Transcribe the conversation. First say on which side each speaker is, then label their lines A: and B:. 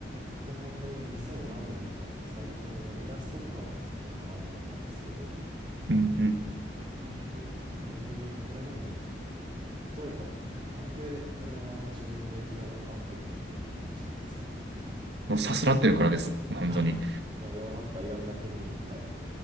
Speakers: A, on the right; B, on the right.
A: 僕は本当に2000何年とかの最近のイラストとかの作品かなと思ったんですけど
B: うんうん。
A: だいぶへえこれでも例えばなんでこれは自分の生き様に合ってるなっていうのを感じたんですか
B: もうさすらってるからです。本当に。
A: あもうヨーロッパいろんな国に行ったり